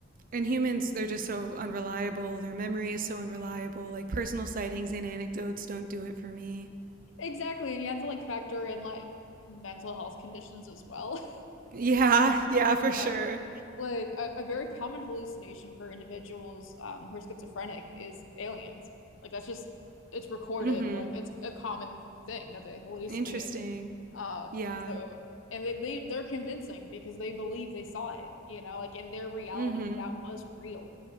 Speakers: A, on the right; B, on the left.
A: And humans, they're just so unreliable. Their memory is so unreliable. Like personal sightings and anecdotes don't do it for me.
B: Exactly. And you have to like factor in like mental health conditions as well. <laughs>
A: Yeah, <laughs> yeah, for
B: You
A: sure.
B: know, Like a, a very common hallucination for individuals um, who are schizophrenic is aliens. Like that's just it's recorded.
A: Mhm.
B: Like it's a common thing that they hallucinate.
A: Interesting.
B: Um,
A: Yeah.
B: so and they, they they're convincing because they believe they saw it, you know, like in their reality
A: Mhm.
B: that was real.